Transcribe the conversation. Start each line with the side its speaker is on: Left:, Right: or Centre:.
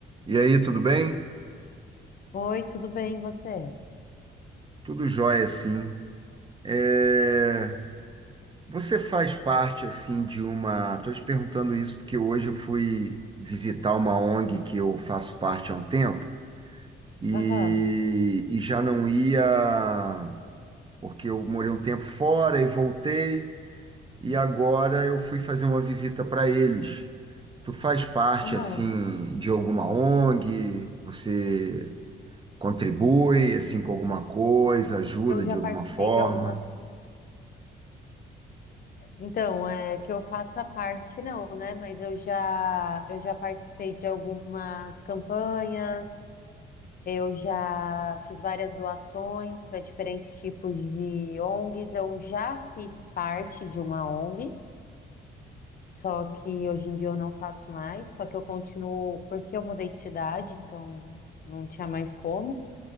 Right: E aí, tudo bem?
Left: Oi, tudo bem, e você?
Right: Tudo jóia, sim. É, Você faz parte, assim, de uma... Estou te perguntando isso porque hoje eu fui visitar uma ONG que eu faço parte há um tempo e,
Left: Aham,
Right: e já não ia, porque eu morei um tempo fora e voltei, e agora eu fui fazer uma visita para eles. Tu faz parte,
Left: aham.
Right: assim, de alguma ONG? Você contribui, assim, com alguma coisa, ajuda
Left: Eu já
Right: de
Left: participei
Right: alguma forma?
Left: de algumas. Então, é que eu faça parte, não, né? Mas eu já, eu já participei de algumas campanhas, eu já fiz várias doações para diferentes tipos de ONGs. Eu já fiz parte de uma ONG, só que hoje em dia eu não faço mais, só que eu continuo, porque eu mudei de cidade, então não tinha mais como.